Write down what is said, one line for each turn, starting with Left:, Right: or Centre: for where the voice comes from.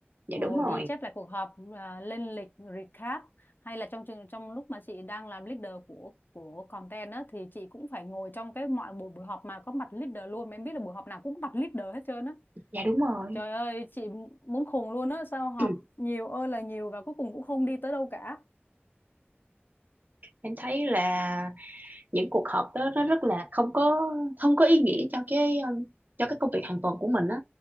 Right: dạ
Left: ngồi
Right: đúng rồi,
Left: ghi chép lại cuộc họp à, lên lịch recap hay là trong trường- trong lúc mà chị đang làm leader của của content á thì chị cũng phải ngồi trong cái mọi buổi buổi họp mà có mặt leader luôn mà em biết là buổi họp nào cũng có mặt leader hết trơn á
Right: dạ đúng rồi.
Left: Trời ơi, chị muốn khùng luôn á, sao học
Right: <clears throat>
Left: nhiều ơi là nhiều và cuối cùng cũng không đi tới đâu cả.
Right: Em thấy là những cuộc họp đó nó rất là không có không có ý nghĩa cho cái um, cho cái công việc hàng tuần của mình á.